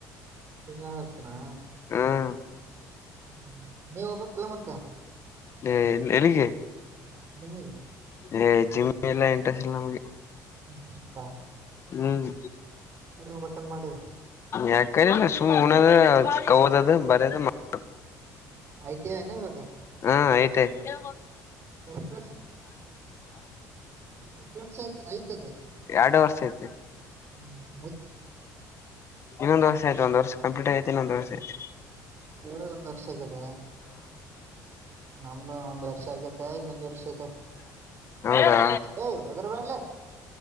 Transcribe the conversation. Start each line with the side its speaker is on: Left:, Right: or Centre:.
Right: ಅಷ್ಟ್ ಜನ ಇರ್ತನ.
Left: ಹ್ಮ್
Right: ಹ್ಮ್ ನೀ ಹೋಬೇಕ್ಲೆ ಮತ್ತ.
Left: ಹೇ ಎಲ್ಲಿಗೆ.
Right: ಜಿಮ್ಮಿಗೆ.
Left: ಏ ಜಿಮ್ ಎಲ್ಲಾ ಇಂಟ್ರೆಸ್ಟ್ ಇಲ್ಲ ನಮ್ಗೆ.
Right: ಇಂಟ್ರೆಸ್ಟ್ ಇಲ್ಲ.
Left: ಹ್ಮ್.
Right: ಹೋಗ್ಬೇಕಂತ ಮಾಡಿದೆ
Left: ಯಾಕೆನಿಲ್ಲ ಸುಮ್ ಉಣದ ಓದದು ಬರಿಯದು ಮಕ್
Right: ಐ ಟಿ ಐ ಏನ ಇವಾಗ
Left: ಹ್ಮ್ ಅಯ್ತೆ. ಹಾ
Right: ಎಷ್ಟ್ ಎಷ್ಟ ವರ್ಷ ಆತ್ ಆಯ್ತಾದ.
Left: ಎರಡು ವರ್ಷ ಐತಿ
Right: ಹ್ಮ್
Left: ಇನ್ನೊಂದ್ ವರ್ಷ ಐತೆ ಒಂದ್ ವರ್ಷ ಕಂಪ್ಲೀಟ್ ಆಗೈತೆ ಇನ್ನೊಂದ್ ವರ್ಷ ಐತೆ.
Right: ಏಳಗ್ ಒಂದ್ ವರ್ಷ ಆಗದ ಒಂದ್ ಒಂದ್ ವರ್ಷ ಆಗ್ಯತೆ ಇನ್ನೊಂದ್ ವರ್ಷ ಆಯ್ತ.
Left: ಹೌದಾ
Right: ಏ ವದರ್ ಬ್ಯಾಡ್ ಲೇ.